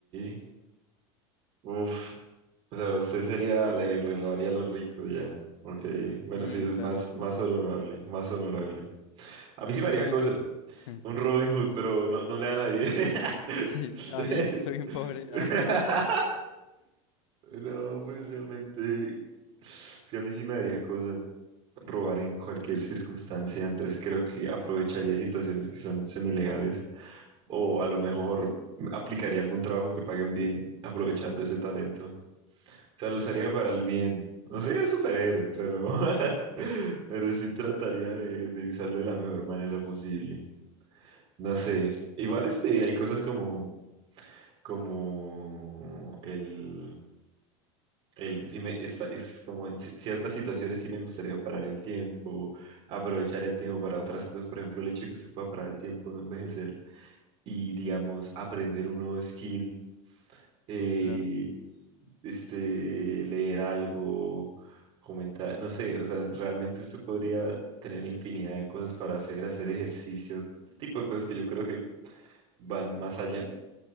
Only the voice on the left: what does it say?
Sí,
claro.
Un
Robin
Hood. <laughs>
Sí,
a mí soy un pobre. <laughs>
Claro,
uf, claro.